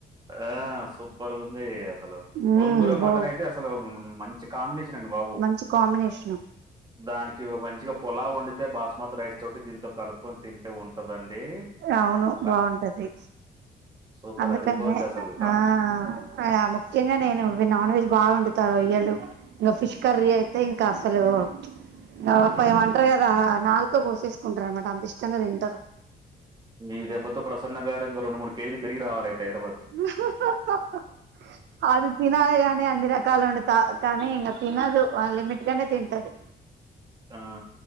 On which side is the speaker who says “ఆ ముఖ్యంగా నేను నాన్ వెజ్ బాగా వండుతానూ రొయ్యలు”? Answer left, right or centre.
Right